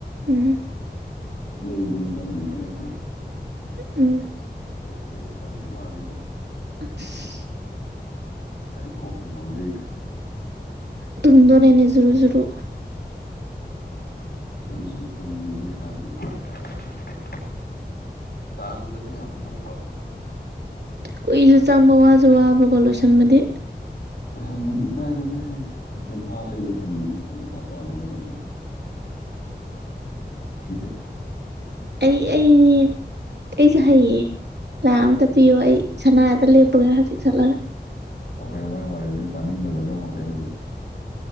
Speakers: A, on the right; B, on the left.
A: <unintelligible>
B: ꯄꯣꯠ ꯂꯩꯕꯗꯨꯅꯤ ꯆꯪꯉꯤꯁꯤ
A: ꯎꯝ
B: ꯑꯁ ꯇꯧ꯫ ꯇꯥꯔꯦꯠꯇꯤ ꯆꯪꯗꯣꯏ ꯃꯥꯜꯂꯤꯕꯣ꯫
A: ꯑꯁ꯫
B: ꯑꯩ ꯀꯣꯛꯀ ꯉꯥꯎꯖꯩꯗ꯫
A: ꯇꯨꯝꯗꯧꯔꯤꯅꯦ ꯖꯨꯔꯨ ꯖꯨꯔꯨ꯫
B: ꯖꯨꯔꯨ ꯖꯨꯔꯨ ꯇꯝꯕꯤꯅꯤ ꯃꯁꯥꯗꯤ꯫ <unintelligible> ꯇꯥꯟꯕꯗꯗꯤ ꯌꯥꯝ ꯂꯨꯕ꯫
A: ꯀꯨꯏꯁꯨ ꯆꯪꯕ ꯋꯥꯁꯨ ꯋꯥꯕꯀꯣ ꯂꯣꯏꯁꯤꯟꯕꯗꯤ꯫
B: ꯂꯣꯏꯁꯟꯕꯗꯤ ꯀꯥꯏꯗꯅꯣꯏꯍꯦ ꯁꯦꯀꯦꯟ ꯐꯥꯔꯗꯦ ꯑꯩ ꯂꯣꯏꯁꯤꯟꯕꯤꯒꯦ ꯅꯪ ꯄꯩꯁꯥ ꯀꯌꯥꯅꯣ ꯑꯩꯉꯣꯟꯗ ꯄꯤꯔꯛꯑꯣ꯫꯫ <unintelligible>
A: ꯑꯩ ꯑꯩꯅꯤ꯫ ꯑꯩꯁꯨ ꯍꯩꯌꯦ ꯂꯥꯛ ꯑꯃꯇ ꯄꯤꯌꯣ ꯑꯩ ꯁꯅꯥꯑꯃꯇ ꯂꯦꯞꯄꯨꯒꯦ ꯍꯧꯖꯤꯛ ꯆꯠꯂꯒ꯫
B: ꯇꯧꯔꯛꯑꯦ ꯃꯥꯏ ꯋꯥꯔꯤꯁꯦ ꯇꯥꯅꯤꯡꯗꯕꯁꯦ ꯍꯧꯔꯛꯑꯦ ꯍꯧꯖꯤꯛ꯫